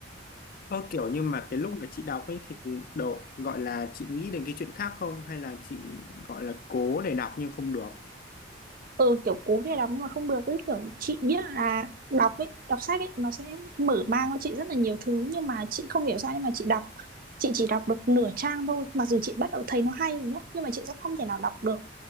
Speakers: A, on the left; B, on the right.
A: Ơ kiểu như mà cái lúc mà chị đọc ấy thì độ gọi là chị nghĩ đến cái chuyện khác không hay là chị gọi là cố để đọc nhưng không được
B: Ừ, kiểu cố để đọc nhưng mà không được. Cái kiểu chị biết là đọc ấy, đọc sách ấy, nó sẽ mở mang cho chị rất là nhiều thứ. Nhưng mà chị không hiểu sao nhưng mà chị đọc chị chỉ đọc được nửa trang thôi mặc dù chị bắt đầu thấy nó hay rồi nhá nhưng mà chị sẽ không thể nào đọc được